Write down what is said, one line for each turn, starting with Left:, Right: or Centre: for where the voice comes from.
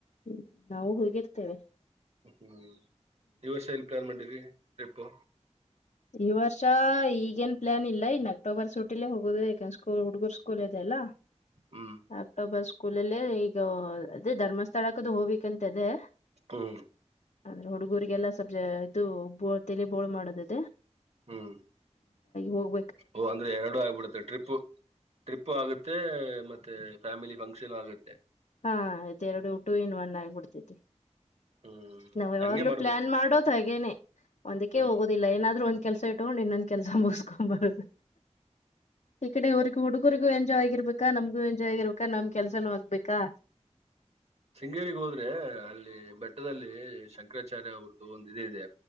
Left: ಹ್ಮ್ ನಾವು ಹೂಗಿರ್ತೇವೆ
Right: ಹ್ಮ್ ಈ ವರ್ಷ ಇಲ್ಪೇರ್ ಮಾಡಿದರಿ ಟ್ರಿಪ್ಪು
Left: ಈ ವರ್ಷ ಈಗೇನ್ ಪ್ಲಾನ್ ಇಲ್ಲ ಇನ್ನು ಅಕ್ಟೋಬರ್ ಸೂಟಲ್ಲೇ ಹೋಗೋುದು ಯಾಕನ್ ಸ್ಕೂಲ್ ಹುಡುಗರ್ ಸ್ಕೂಲ್ ಇದೆ ಅಲ್ಲ
Right: ಹ್ಮ್
Left: ಅಕ್ಟೊಬ್ಬರ್ ಸ್ಕೂಲ್ಲ್ಲ ಅದೇ ಧರ್ಮಸ್ಥಳಕ್ಕದು ಹೋಗ್ಿಕ್ಂತ ಅದೇ
Right: ಹ್ಮ
Left: ಅಂದ್ರೆ ಹುಡುಗೂರಿಗೆಲ್ಲಾ ಸಬ್ಜ ಇದು ಬ ತೆಲಿ ಬೋಳ ಮಾಡದದೇ
Right: ಹ್ಮ್
Left: ಹೋಗ <unintelligible>
Right: ಓ ಅಂದ್ರೆ ಎರಡು ಆಗ್ಬಿಡುತ್ತೆ ಟ್ರಿಪ್ ಟ್ರಿಪ್ು ಆಗುತ್ತೆ ಮತ್ತೆ ಫ್ಯಾಮಿಲಿ ಫಂಕ್ಷನ್ ಆಗುತ್ತೆ
Left: ಹಾ ಇದೆರಡು ಟೂ ಇನ್ ಒನ್ ಆಗ್ಬಿಡ್ತೈತಿ
Right: ಹ್ಮ್
Left: ನಾವ ಯಾವಾಗ್ಲೂ
Right: ಹಂಗೆ ಮಾಡ್ಬೇಕು
Left: ಪ್ಲಾನ್ ಮಾಡೋದ ಹಾಗೇನೆ ಒಂದಕ್ಕೆ
Right: ಹ್ಮ್
Left: ಹೋಗೋದಿಲ್ಲ ಏನಾದ್ೂ ಒಂದ ಕೆಲ್ಸ ಇಟ್ಕೊಂಡ್ ಇನ್ನೊಂದ್ ಕೆಲ್ಸ ಮುಗಿಸಕೊಬಾರದು ಈ ಕಡೆ ಇವ್ರಗ ಹುಡುಗರಿಗ ಎಂಜಾಯ್ ಆಗಿರ್ಬೇಕಾ ನಮಗೂ ಎಜ್ಗಿರ್ಬೇಕಕ್ ನಮ್ ಕೆಲ್ಸನೂ ಆಗ್ಬೇಕಕ್ ಕಾ
Right: ಶೃಂಗೇಗ್ ಹೋದ್ರೆ ಅಲ್ಲಿ ಬೆಟ್ಟದಲ್ಲಿ ಶಂಕರಾಚಾರ್ಯ ಅವ್ರದ್ದು ಒಂದು ಇದ ಇದೆ